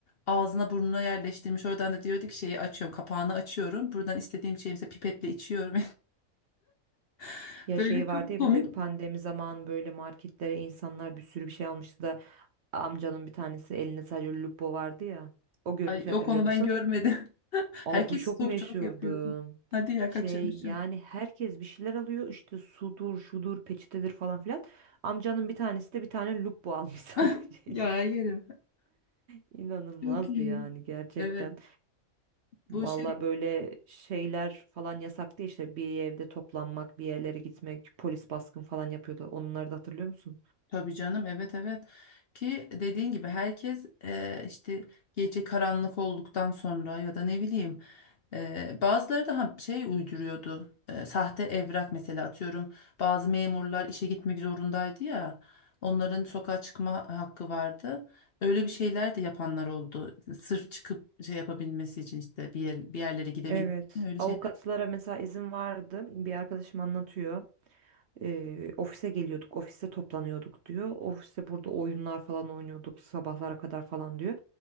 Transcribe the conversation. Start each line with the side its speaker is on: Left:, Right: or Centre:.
Left: Ağzına burnuna yerleştirmiş. Oradan da diyordu ki şeyi açıyorum, kapağını açıyorum. Buradan istediğim şeyimse pipetle içiyorum. <laughs>
Right: Ya
Left: Böyle
Right: şey vardı
Left: çok
Right: ya
Left: komik.
Right: bir de pandemi zamanı böyle marketlere insanlar bir sürü bir şey almıştı da amcanın bir tanesi elinde sadece lupo vardı ya. O görüntüyü
Left: Ay yok
Right: hatırlıyor
Left: onu
Right: musun?
Left: ben görmedim.
Right: <laughs>
Left: <laughs>
Right: Aa
Left: Herkes
Right: bu çok
Left: stokçuluk
Right: meşhurdu.
Left: yapıyordu. Hadi ya
Right: Şey
Left: kaçırmışım.
Right: yani herkes bir şeyler alıyor işte sudur şudur peçetedir falan filan. Amcanın bir tanesi de bir tane lupo almış <laughs> sadece.
Left: <laughs> Ya yerim.
Right: <laughs> İnanılmazdı
Left: Çok iyi.
Right: yani gerçekten.
Left: Evet.
Right: Valla
Left: Bu şey
Right: böyle şeyler falan yasaktı işte bir evde toplanmak bir yerlere gitmek polis baskın falan yapıyordu. Onları da hatırlıyor musun?
Left: Tabii canım evet evet ki dediğin gibi herkes e, işte gece karanlık olduktan sonra ya da ne bileyim e, bazıları da ha- şey uyduruyordu E, sahte evrak mesela atıyorum bazı memurlar işe gitmek zorundaydı ya onların sokağa çıkma hakkı vardı öyle bir şeyler de yapanlar oldu sırf çıkıp şey yapabilmesi için işte bir yer, bir yerlere gidebilmek
Right: Evet.
Left: için öyle
Right: Avukatlara
Left: şeyler.
Right: mesela izin vardı. Bir arkadaşım anlatıyor. Ee, ofise geliyorduk, ofiste toplanıyorduk diyor. Ofiste burada oyunlar falan oynuyorduk sabahlara kadar falan diyor.